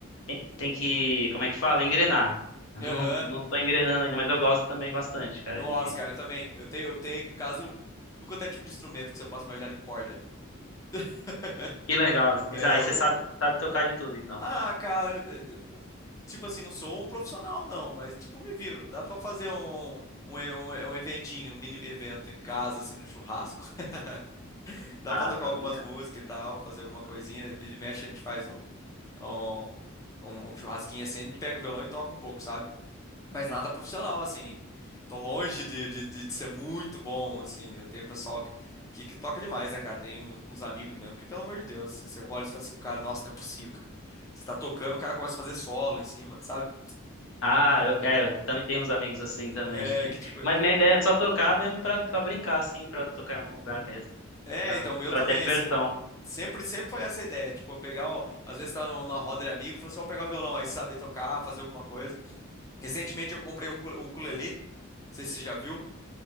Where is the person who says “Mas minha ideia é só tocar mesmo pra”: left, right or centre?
Left